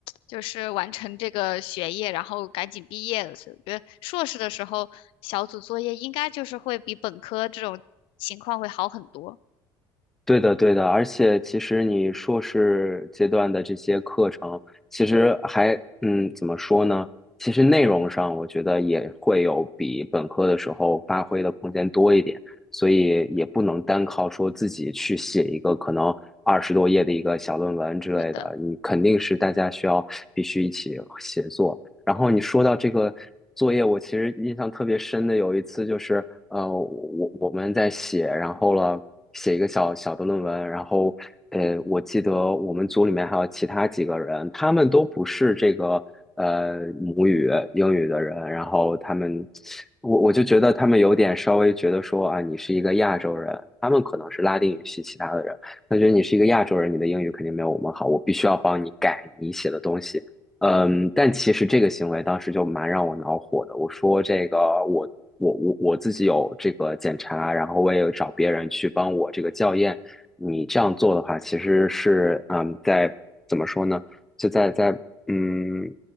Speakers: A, on the left (about 75°); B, in the centre.
A: 就是完成这个学业，然后赶紧毕业了。所以我觉得硕士的时候小组作业应该就是会比本科这种情况会好很多。
B: 对的，对的。而且其实你硕士阶段的这些课程，其实还嗯，怎么说呢？其实内容上，我觉得也会有比本科的时候发挥的空间多一点，所以也不能单靠说自己去写一个可能二十多页的一个小论文之类的，
A: 是的，
B: 你肯定是大家需要必须一起协作。然后你说到这个作业，我其实印象特别深的有一次就是，呃，我我们在写，然后了写一个小小的论文，然后呃，我记得我们组里面还有其他几个人，他们都不是这个呃母语英语的人，然后他们，我我就觉得他们有点稍微觉得说啊，你是一个亚洲人，他们可能是拉丁语系其他的人，他觉得你是一个亚洲人，你的英语肯定没有我们好，我必须要帮你改你写的东西。嗯，但其实这个行为当时就蛮让我恼火的。我说这个我我我我自己有这个检查，然后我也有找别人去帮我这个校验。你这样做的话，其实是嗯，在怎么说呢？就在在嗯，